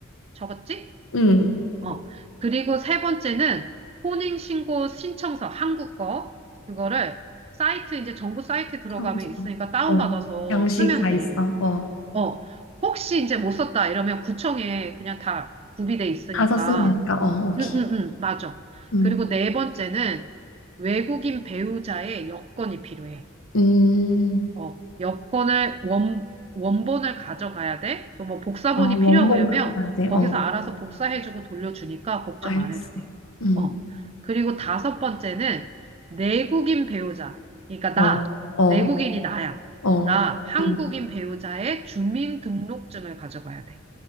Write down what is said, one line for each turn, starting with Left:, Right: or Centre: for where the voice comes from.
Right: 적었지?
Left: 음.
Right: 어. 그리고 세 번째는 혼인신고 신청서, 한국 거. 그거를 사이트, 이제 정부 사이트 들어가면
Left: 참고서.
Right: 있으니까 다운받아서
Left: 어, 양식이
Right: 쓰면
Left: 다
Right: 돼.
Left: 있어. 어,
Right: 어. 혹시 이제 못 썼다 이러면 구청에 그냥 다 구비돼 있으니까.
Left: 가서 쓰면 되니까. 어, 오케이.
Right: 응, 응, 응, 맞아.
Left: 음,
Right: 그리고 네 번째는 외국인 배우자의 여권이 필요해.
Left: 음.
Right: 어, 여권을 원, 원본을 가져가야 돼? 그 뭐 복사본이
Left: 아, 원본
Right: 필요하고 이러면
Left: 같아야 돼.
Right: 거기서
Left: 어,
Right: 알아서 복사해주고 돌려주니까 걱정
Left: 알겠어.
Right: 안 해도 돼.
Left: 음,
Right: 어. 그리고 다섯 번째는 내국인 배우자. 그러니까 나,
Left: 어, 어,
Right: 내국인이 나야.
Left: 어.
Right: 나 한국인
Left: 음.
Right: 배우자의 주민등록증을 가져가야 돼.